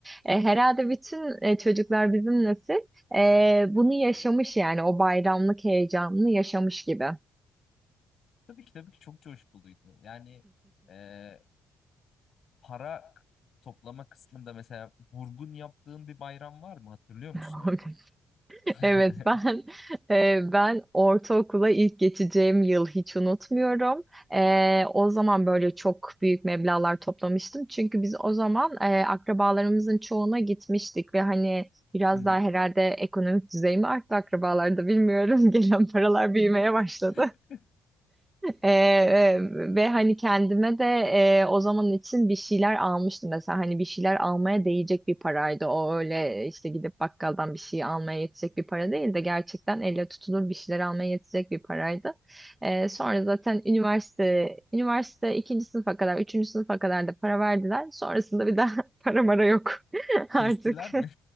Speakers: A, on the right; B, on the left.
A: E, herhalde bütün e, çocuklar bizim nesil e, bunu yaşamış yani o bayramlık heyecanını yaşamış gibi.
B: Tabii ki tabii ki çok coşkuluydu. Yani e, para toplama kısmında mesela vurgun yaptığın bir bayram var mı? Hatırlıyor
A: <laughs>
B: musun öyle?
A: <laughs>
B: <laughs>
A: Evet ben e, ben ortaokula ilk geçeceğim yıl hiç unutmuyorum. E, o zaman böyle çok büyük meblağlar toplamıştım. Çünkü biz o zaman e, akrabalarımızın çoğuna gitmiştik ve hani biraz
B: Hı hı.
A: daha herhalde ekonomik düzey arttı akrabalarda bilmiyorum. <laughs> Gelen paralar büyümeye başladı.
B: <laughs>
A: Ee, e, ve hani kendime de e, o zaman için bir şeyler almıştım mesela hani bir şeyler almaya değecek bir paraydı o öyle işte gidip bakkaldan bir şey almaya yetecek bir para değil de gerçekten elle tutulur bir şeyler almaya yetecek bir paraydı. Ee, sonra zaten üniversite üniversite ikinci sınıfa kadar üçüncü sınıfa kadar da para verdiler sonrasında bir daha <laughs> para mara yok <laughs>
B: Kestiler
A: artık.
B: mi?
A: <laughs>